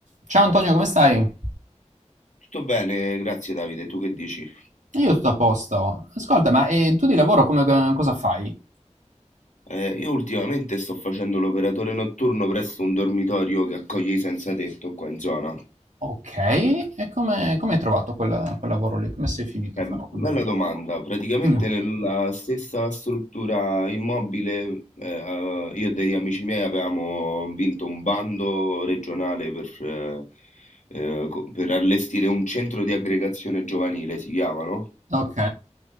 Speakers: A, on the right; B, on the left.
A: Ciao Antonio, come stai?
B: Tutto bene, grazie Davide, tu che dici?
A: Io tutto a posto. Ascolta, ma eh, tu di lavoro come, eh, cosa fai?
B: Eh, io ultimamente sto facendo l'operatore notturno presso un dormitorio che accoglie i senza tetto qua in zona.
A: Ok, e come, come hai trovato quel, quel lavoro lì? Come sei finito
B: Eh,
A: a fare quel
B: bella
A: lavoro?
B: domanda, praticamente
A: Mm.
B: nella stessa struttura immobile eh, eh, io e degli amici miei avevamo vinto un bando regionale per, eh, eh, co- per allestire un centro di aggregazione giovanile, si chiama, no?
A: Ok,